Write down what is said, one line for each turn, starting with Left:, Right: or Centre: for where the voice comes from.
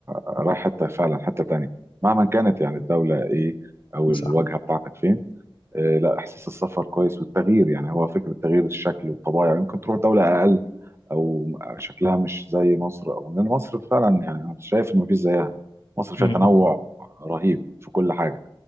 Right: رايح حته فعلا حته تانية مهما كانت يعني الدوله ايه او الواجهه
Left: صح
Right: بتاعتك فين آه، لا احساس السفر كويس والتغيير يعني هو فكره تغيير الشكل والطبايع يمكن تروح دوله اقل او شكلها مش زي مصر او لان مصر فعلا يعني انا شايف ان مفيش زيها مصر فيها
Left: امم
Right: تنوع
Left: امم.
Right: رهيب في كل حاجه